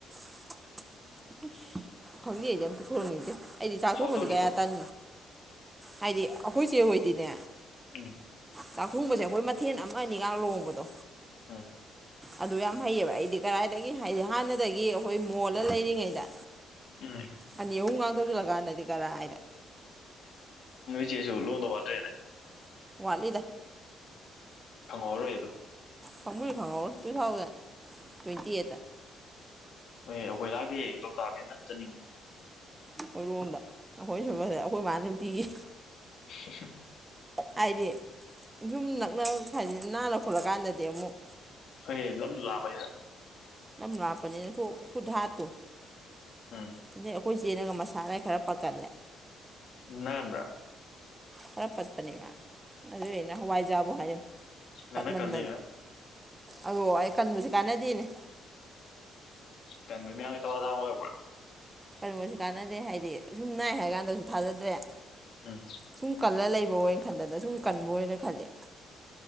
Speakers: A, on the right (about 15°); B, on the left (about 65°).
A: <inaudible> ꯎꯁ ꯈꯪꯗꯦ ꯑꯩꯗꯤ ꯑꯝꯇ ꯊꯣꯡꯅꯤꯡꯗꯦ ꯑꯩꯗꯤ ꯆꯥꯛ ꯊꯣꯡꯕꯗꯤ
B: ꯍꯥꯎꯇꯕꯗꯤ
A: ꯀꯌꯥ
B: ꯊꯣꯡ
A: ꯇꯟ ꯍꯥꯏꯗꯤ ꯑꯈꯣꯏ ꯆꯦ ꯍꯣꯏꯗꯤꯅꯦ
B: ꯎꯝ
A: ꯆꯥꯛꯊꯣꯡꯕꯖꯦ ꯑꯈꯣꯏ ꯃꯊꯦꯜ ꯑꯃ ꯑꯅꯤꯒ ꯂꯣꯡꯕꯗꯣ
B: ꯎꯝ
A: ꯑꯗꯨ ꯌꯥꯝ ꯍꯩꯌꯦꯕ ꯑꯩꯗꯤ ꯀꯔꯥꯏꯗꯒꯤ ꯍꯥꯏꯗꯤ ꯍꯥꯟꯅꯗꯒꯤ ꯑꯈꯣꯏ ꯃꯣꯜꯂ ꯂꯩꯔꯤꯉꯩꯗ
B: ꯎꯝ
A: ꯑꯅꯤ ꯑꯍꯨꯝ ꯉꯥꯡꯇꯧꯁꯜꯂꯀꯥꯟꯗꯗꯤ ꯀꯔꯥꯏꯗ
B: ꯅꯣꯏ ꯆꯦꯁꯨ ꯂꯨꯍꯣꯡꯗꯧ ꯋꯥꯠꯇ꯭ꯔꯦꯅꯦ
A: ꯋꯥꯠꯂꯤꯗ
B: ꯈꯪꯍꯧꯔꯣꯏ ꯑꯗꯣ
A: ꯄꯥꯝꯃꯨꯏ ꯈꯪꯍꯧꯔꯣ ꯇꯨ ꯊꯥꯎꯖꯟ ꯇ꯭ꯋꯦꯟꯇꯤ ꯑꯦꯠꯇ
B: ꯑꯦ ꯑꯈꯣꯏ ꯂꯥꯛꯀꯦ ꯂꯣꯛꯇꯥꯛꯅꯤꯅ ꯆꯠꯅꯤꯡꯉꯤ
A: ꯑꯩꯔꯣꯝꯗ ꯑꯩꯈꯣꯏꯅ ꯁꯣꯏꯕꯁꯦ ꯑꯩꯈꯣꯏ ꯏꯃꯥꯅ ꯅꯨꯡꯇꯤꯒꯤ
B: <unintelligible>
A: ꯍꯥꯏꯗꯤ ꯌꯨꯝ ꯅꯛꯅ ꯐꯩꯏꯅꯤ ꯅꯥꯟꯅ ꯈꯣꯠꯂꯀꯥꯟꯗꯗꯤ ꯑꯃꯨꯛ
B: ꯐꯩꯌꯦ ꯂꯝ ꯂꯥꯝꯄꯅꯤꯅ
A: ꯂꯝ ꯂꯥꯞꯄꯅꯤꯅ ꯊꯨ ꯈꯨꯨꯠ ꯍꯥꯠꯇꯣ
B: ꯎꯝ
A: ꯑꯗꯩ ꯈꯣꯏ ꯆꯦꯅꯒ ꯃꯁꯥꯅ ꯈꯔ ꯄꯥꯠꯀꯠꯂꯦ
B: ꯅꯥꯟꯕꯔꯥ
A: ꯈꯔ ꯄꯠꯄꯅꯦꯕ ꯑꯗꯨꯏ ꯑꯩꯅ ꯍꯋꯥꯏꯖꯥꯕꯨ ꯍꯥꯏꯔꯦ
B: ꯅꯪꯅꯥ
A: ꯄꯠꯃꯟꯗꯅ
B: ꯀꯜꯂꯤꯔꯥ
A: ꯑꯗꯣ ꯑꯩ ꯀꯟꯕꯁꯦ ꯀꯥꯟꯅꯗꯦꯅꯦ
B: ꯀꯟꯕ ꯃꯌꯥꯃꯒꯤ <unintelligible> ꯑꯣꯏꯔꯛꯄꯔꯥ
A: ꯀꯟꯕꯁꯨ ꯀꯥꯟꯅꯗꯦ ꯍꯥꯏꯗꯤ ꯑꯁꯨꯝ ꯅꯥꯏ ꯍꯥꯏꯔ ꯀꯥꯟꯗꯁꯨ ꯊꯥꯖꯗ꯭ꯔꯦ
B: ꯎꯝ
A: ꯁꯨꯝ ꯀꯜꯂ ꯂꯩꯕ ꯕ ꯑꯣꯏꯅ ꯈꯟꯗꯅ ꯁꯨꯝ ꯀꯟꯕ ꯑꯣꯏꯅ ꯈꯜꯂꯦ